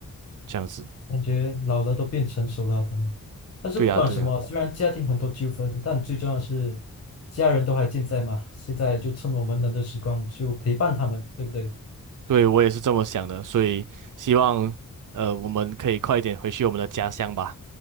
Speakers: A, on the right; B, on the left.
A: 这样子。
B: 感觉老了都变成熟了啊他们。但是不管什么，
A: 对呀，对呀，
B: 虽然家庭很多纠纷，但最重要的是家人都还健在嘛。现在就趁我们能的时光，就陪伴他们，对不对？
A: 对，我也是这么想的，所以希望呃我们可以快一点回去我们的家乡吧。